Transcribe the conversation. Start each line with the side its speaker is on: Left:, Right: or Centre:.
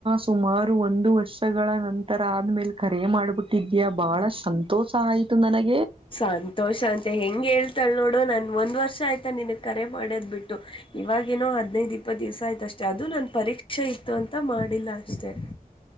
Right: ಸುಮಾರು ಒಂದು ವರ್ಷಗಳ ನಂತರ ಆದ್ಮೇಲೆ ಕರೆ ಮಾಡ್ಬಿಟ್ಟು ದ್ಯಾ ಬಾಳ ಸಂತೋಷ ಆಯ್ತು ನನಗೆ
Left: ಸಂತೋಷ ಅಂತ ಹೆಂಗ್ ಹೇಳ್ತಾಳ ನೋಡು ನನ್ ಒಂದ್ ವರ್ಷ ಆಯ್ತಾ ನಿನಗ್ ಕರೆ ಮಾಡೋದ್ ಬಿಟ್ಟು ಇವಾಗಿಏನೋ ಹದಿನೈದು ಇಪ್ಪತ್ತು ದಿವಸ ಆಯ್ತ ಅಷ್ಟೇ ಅದು ನನ್ ಪರಿ ಪರೀಕ್ಷೆ ಇತ್ತು ಅಂತ ಮಾಡಿಲ್ಲ ಅಷ್ಟೇ